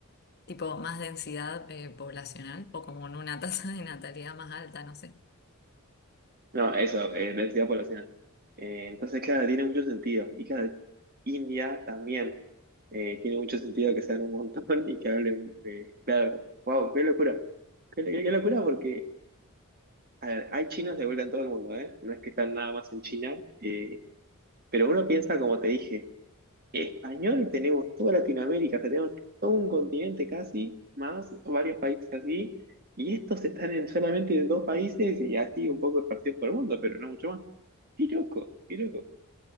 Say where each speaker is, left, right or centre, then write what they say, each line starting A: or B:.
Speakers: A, on the left; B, on the right.
A: tipo más densidad eh, poblacional o como en una tasa de natalidad más alta, no sé.
B: No, eso, eh, densidad poblacional. Eh, entonces, claro, tiene mucho sentido. Y claro, India también eh, tiene mucho sentido que sean un montón <laughs> y que hablen, eh, claro, wow, qué locura. Qué, qué- qué locura porque, a ver, hay chinos de vuelta en todo el mundo, ¿eh? No es que están nada más en China, eh, pero uno piensa, como te dije, Español tenemos toda Latinoamérica, o sea, tenemos todo un continente casi, más varios países así, y estos están en solamente dos países y así un poco esparcidos por el mundo, pero no mucho más. Qué loco, qué loco.